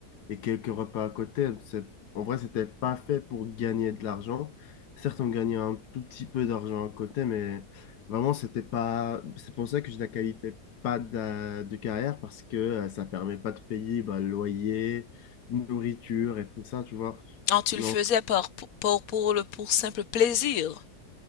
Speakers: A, on the left; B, on the left.
A: et quelques repas à côté. hein, C'est- En vrai, c'était pas fait pour gagner de l'argent. Certes, on gagnait un tout petit peu d'argent à côté, mais vraiment, c'était pas. C'est pour ça que je la qualifiais pas d'a- de, carrière parce que euh, ça permet pas de payer bah, le loyer, nourriture et tout ça, tu vois.
B: Ah, tu le
A: Non,
B: faisais par, pour, pour, pour le, pour simple plaisir.